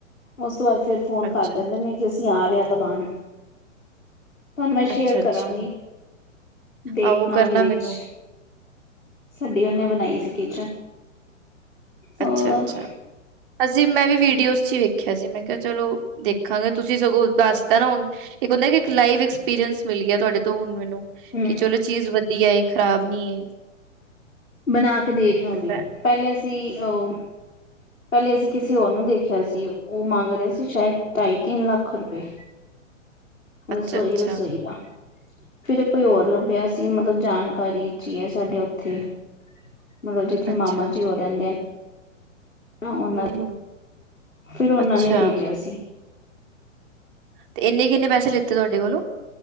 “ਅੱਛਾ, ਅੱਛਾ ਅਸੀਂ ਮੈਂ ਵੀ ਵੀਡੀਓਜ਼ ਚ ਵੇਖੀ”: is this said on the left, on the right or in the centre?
Right